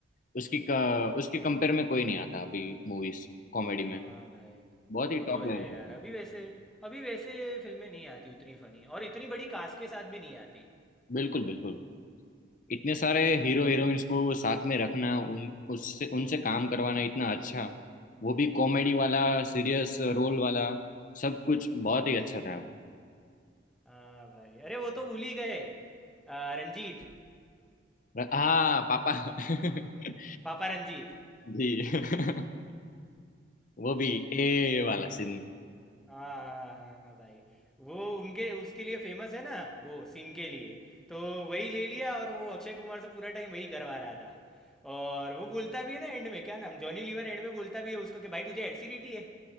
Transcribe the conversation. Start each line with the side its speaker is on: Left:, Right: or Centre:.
Left: उसकी क-
Centre: हम्म।
Left: उसकी कंपेयर में कोई नहीं आता अभी मूवीज कॉमेडी
Centre: हाँ
Left: में
Centre: भाई
Left: बहुत
Centre: वो
Left: ही टॉप
Centre: तो है
Left: लेवल
Centre: यार
Left: पे।
Centre: अभी वैसे अभी वैसे फिल्में नहीं आती उतनी फनी और इतनी बड़ी कास्ट के साथ भी नहीं आती
Left: बिल्कुल बिल्कुल इतने सारे
Centre: हम्म,
Left: हीरो हीरोइंस को साथ में रखना उन उससे उनसे काम करवाना इतना अच्छा वो भी कॉमेडी वाला
Centre: हम्म।
Left: सीरियस रोल वाला सब कुछ बहुत ही अच्छा था
Centre: हाँ भाई अरे वो तो भूल ही गए आ, रंजीत
Left: हाँ पापा <laughs>
Centre: पापा रंजीत
Left: जी <laughs> वो भी ए वाला सीन
Centre: हाँ हाँ हाँ हाँ भाई वो उनके उसके लिए फेमस है ना वो सीन के लिए तो वही ले लिया और वो अक्षय कुमार से पूरा टाइम वही करवा रहा था और वो बोलता भी है ना एंड में क्या नाम जॉनी लीवर एंड में बोलता भी है उसको कि भाई तुझे एसिडिटी है